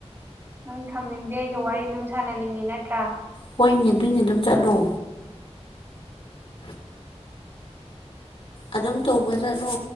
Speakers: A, on the right; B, on the left.
A: ꯅꯪ ꯊꯝꯅꯤꯡꯗꯦ ꯑꯩꯒ ꯋꯥꯔꯤ ꯑꯗꯨꯝ ꯁꯥꯟꯅꯅꯤꯡꯉꯤ ꯅꯠꯇ꯭ꯔꯥ <inaudible>
B: ꯍꯣꯏꯅꯦ ꯑꯗꯨꯏꯅꯦ ꯑꯗꯨꯝ ꯆꯠꯂꯣ ꯑꯗꯨꯝ ꯇꯧꯕ ꯆꯠꯂꯣ꯫